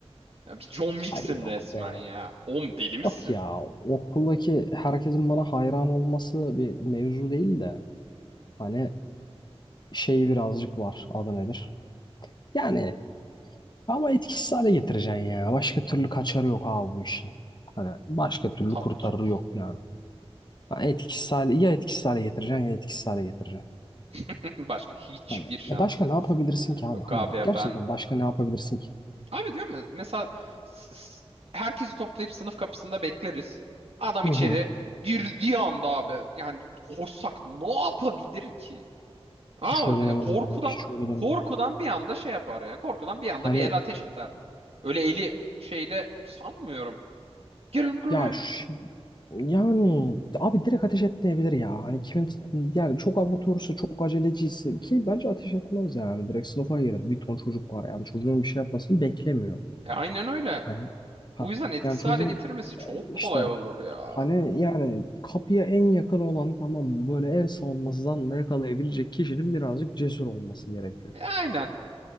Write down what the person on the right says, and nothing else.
Ya bir John Wick'sin
resmen
ya. Oğlum deli misin?
Tabii
canım.
<laughs> Başka hiçbir
şansı
yok.
Yok
abi
ya
ben
Abi diyorum ya mesela s- s- herkesi toplayıp sınıf kapısında bekleriz. Adam
içeri
girdiği anda abi yani koşsak ne yapabilir ki? Abi
korkudan
korkudan bir anda şey yapar yani korkudan bir anda
bir el ateş eder. Öyle eli şeyde sanmıyorum. Get on the ground.
E, aynen öyle.
O yüzden etkisiz
hale getirmesi çok
kolay olur ya.
E, aynen.